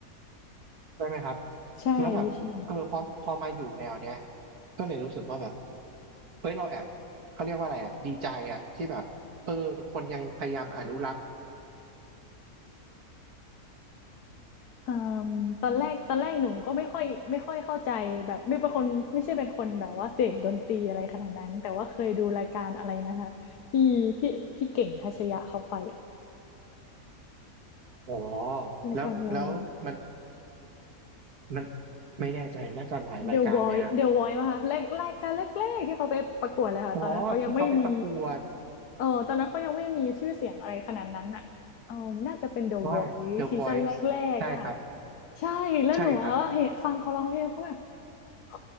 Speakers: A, on the right; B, on the left.
A: ใช่ไหมครับ
B: ใช่ใช่
A: แล้วแบบเออพอพอมาอยู่แนวเนี้ยก็เลยรู้สึกว่าแบบ เฮ้ยเราแอบเขาเรียกว่าอะไรอ่ะดีใจอ่ะที่แบบเออคนยังพยายามอนุรักษ์
B: อืมตอนแรกตอนแรกหนูก็ไม่ค่อยไม่ค่อยเข้าใจแบบไม่เป็นคนไม่ใช่เป็นคนแบบว่าเสพดนตรีอะไรขนาดนั้นแต่ว่าเคยดูรายการอะไรนะคะที่พี่พี่เก่งทัชยะเขาไปอะ
A: อ๋อ
B: รายการอะไรอย่าง
A: แล้วแล้วมันมันไม่แน่ใจน่าจะหลายรายการเลยฮะ
B: The Voice The Voice มาค่ะแรกรายการแรกๆที่เขาไปประกวดเลยค่ะตอนนั้นเขายังไม่มี
A: อ๋อที่เขาไปประกวด
B: เออตอนนั้นเขายังไม่มีชื่อเสียงอะไรขนาดนั้นอ่ะเออน่าจะเป็น The
A: ว่า
B: Voice
A: The
B: ซีซั่นแรกๆป่ะคะ
A: Voice ใช่ครับ
B: ใช่แล้วหนูก็เห็นฟังเขาร้องเพลงเขาแบบ
A: ใช่ครับ
B: โค